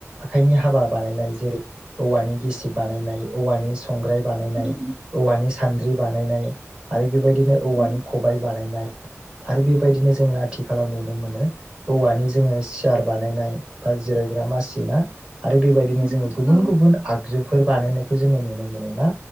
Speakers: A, on the right (about 20°); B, on the right (about 45°).
A: आखाइनि हाबा बानायनाय जेरै औवानि गिसिब बानायनाय औवानि संग्राय बानायनाय
B: उम
A: औवानि सान्द्रि बानायनाय आरो। बेबायदिनो औवानि
B: उम
A: खबाय बानायनाय आरो बेबायदिनो जोङो आथिखालाव नुनो मोनो औवानि जोङो सियार बानायनाय बा जिरायग्रा मासिना आरो बेबायदिनो
B: उम
A: जोङो गुबुन
B: औ
A: गुबुन आगजुफोर बानायनायखौ जोङो नुनो मोनोना